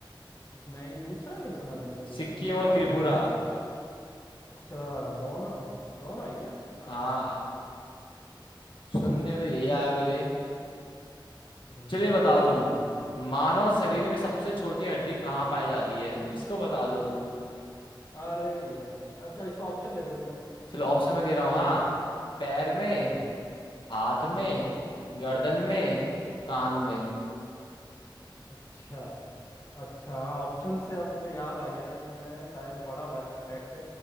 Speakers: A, on the left (about 35°); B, on the left (about 70°).
A: नहीं दूसरा नहीं सुना मैंने कभी
B: सिक्किम
A: यार दूसरा
B: और त्रिपुरा
A: बता दो अच्छा दोनों दोनों है क्या
B: हाँ
A: अच्छा
B: सुनने में तो
A: सिक्किम
B: यही आया
A: और
B: मेरे
A: बेल्ट
B: चलिए
A: अच्छा
B: बताओ तुम मानव
A: हम्म
B: शरीर
A: हम्म।
B: में सबसे छोटी हड्डी कहाँ पाई जाती है इसको बता दो तुम
A: अरे यार अच्छा इसका ऑप्शन दे दो चलो
B: चलो ऑप्शन
A: और
B: में दे रहा हूँ हाँ पैर में
A: हम्म
B: हाथ
A: हम्म
B: में गर्दन
A: हम्म
B: में कान में
A: हम्म। अच्छा अच्छा हाँ ऑप्शन
B: हाँ,
A: से अब मुझे याद आ गया ये मैंने शायद पढ़ा हुआ है फैक्ट